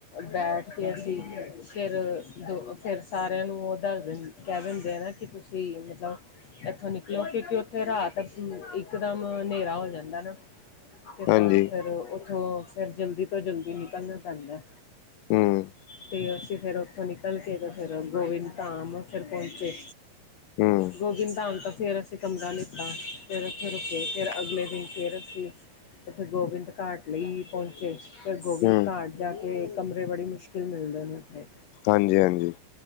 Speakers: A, on the left; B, on the left.
A: ਬੈਠ ਕੇ ਅਸੀਂ ਫੇਰ ਦੋ ਫਿਰ ਸਾਰਿਆਂ ਨੂੰ ਉਹ ਦੱਸ ਦਿੰ ਕਹਿ ਦਿੰਦੇ ਆ ਨਾ ਕਿ ਤੁਸੀਂ ਮਤਲਬ ਇੱਥੋਂ ਨਿਕਲੋ ਕਿਉਂਕਿ ਉੱਥੇ ਰਾਤ ਇਕਦਮ ਹਨੇਰਾ ਹੋ ਜਾਂਦਾ ਨਾ ਤੇ
B: ਹਾਂਜੀ,
A: ਤਾਂ ਫਿਰ ਉੱਥੋਂ ਫਿਰ ਜਲਦੀ ਤੋਂ ਜਲਦੀ ਨਿਕਲਣਾ ਪੈਂਦਾ
B: ਹੂੰ,
A: ਤੇ ਅਸੀਂ ਫੇਰ ਉੱਥੋਂ ਨਿਕਲ ਕੇ ਫਿਰ ਗੋਬਿੰਦ ਧਾਮ ਫਿਰ ਪਹੁੰਚੇ
B: ਹੂੰ,
A: ਗੋਬਿੰਦਾ ਧਾਮ ਤੇ ਫਿਰ ਅਸੀਂ ਕਮਰਾ ਲਿਤਾੱ ਫਿਰ ਉੱਥੇ ਰੁਕੇੇ ਫਿਰ ਅਗਲੇ ਦਿਨ ਫਿਰ ਅਸੀਂ ਉਥੇ ਗੋਬਿੰਦ ਘਾਟ ਲਈ ਪਹੁੰਚੇ ਫਿਰ ਗੋਬਿੰਦ
B: ਹੂੰ
A: ਘਾਟ ਜਾ ਕੇ ਕਮਰੇ ਬੜੀ ਮੁਸ਼ਕਿਲ ਮਿਲਦੇ ਨੇ ਉੱਥੇ
B: ਹਾਂਜੀ-ਹਾਂਜੀ